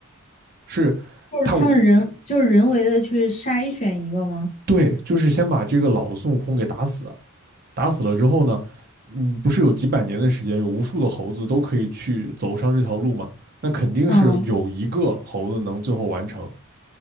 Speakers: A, on the right (about 45°); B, on the left (about 30°).
A: 是
B: 就是他们人就是人为的去筛选一个吗？
A: 他对，就是先把这个老的孙悟空给打死，打死了之后呢，嗯，不是有几百年的时间，有无数的猴子都可以去走上这条路吗？那肯定是有一个猴子能最后完成，
B: 嗯